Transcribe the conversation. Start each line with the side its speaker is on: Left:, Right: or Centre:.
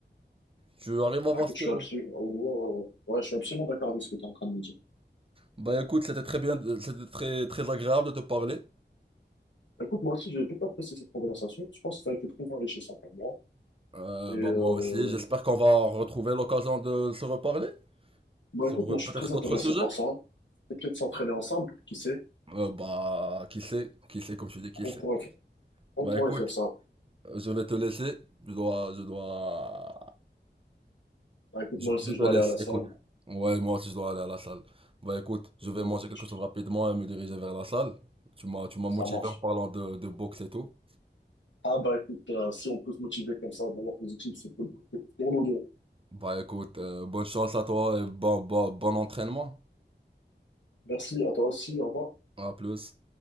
Right: Tu arrives
Left: bah,
Right: à voir
Left: écoute,
Right: ce que...
Left: je suis absolument, oh, ouais, ouais, ouais. Ouais, je suis absolument d'accord avec ce que tu es en train de me dire.
Right: Bah écoute, c'était très bien, c'était très très agréable de te parler.
Left: Écoute, moi aussi, j'ai beaucoup apprécié cette conversation. Je pense que ça a été très enrichissant pour moi.
Right: Euh,
Left: Et, euh,
Right: bah moi aussi, j'espère qu'on va retrouver l'occasion de se reparler
Left: bah,
Right: sur
Left: écoute, moi,
Right: euh, peut-être
Left: je suis très
Right: d'autres
Left: intéressé
Right: sujets.
Left: par ça. Et peut-être s'entraîner ensemble, qui sait?
Right: Euh, bah qui sait, qui sait comme tu dis, qui
Left: On
Right: sait.
Left: pourrait, on
Right: Bah
Left: pourrait
Right: écoute,
Left: faire ça.
Right: euh, je vais te laisser. Je dois, je dois
Left: Bah, écoute,
Right: Je,
Left: moi aussi,
Right: je
Left: je
Right: te
Left: dois aller
Right: laisse,
Left: à la
Right: écoute.
Left: salle.
Right: Ouais, moi aussi je dois aller à la salle. Bah écoute, je
Left: Et
Right: vais manger quelque
Left: je-
Right: chose rapidement et me diriger vers la salle. Tu m'as, tu m'as
Left: ça
Right: motivé
Left: marche.
Right: en parlant de, de boxe et tout.
Left: Ah bah écoute, euh, si on peut se motiver comme ça de manière positive, c'est cool pour, pour nous deux.
Right: Bah écoute, euh, bonne chance à toi et bon, bon, bon entraînement.
Left: Merci à toi aussi, au revoir.
Right: À plus.